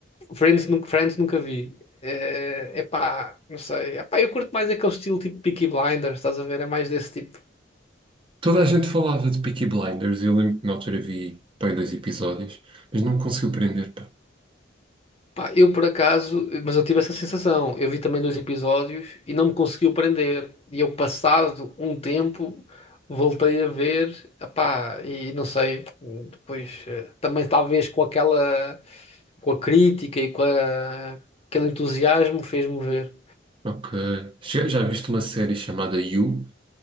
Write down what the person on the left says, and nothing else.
Friends nunca, Friends nunca vi. É pá, não sei. Epá, eu curto mais aquele estilo tipo Peaky Blinders, estás a ver? É mais desse tipo.
Pá, eu por acaso, mas eu tive essa sensação. Eu vi também dois episódios e não me conseguiu prender. E eu, passado um tempo, voltei a ver, epá, e não sei. Depois, eh, também talvez com aquela, com a crítica e com a- aquele entusiasmo, fez-me ver.